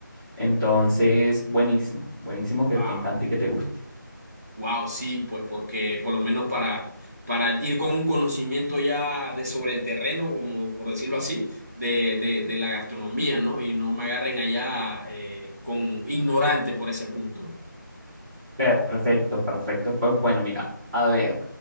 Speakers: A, on the right; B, in the centre.
A: Entonces, buenísimo, buenísimo que
B: Wow.
A: te encante y que te guste.
B: Wow, sí, pues porque por lo menos para, para ir con un conocimiento ya de sobre el terreno, como por decirlo así, de, de, de la gastronomía, ¿no? Y no me agarren allá eh, con ignorante por ese punto.
A: Perfecto, perfecto. Pues bueno, mira, a ver,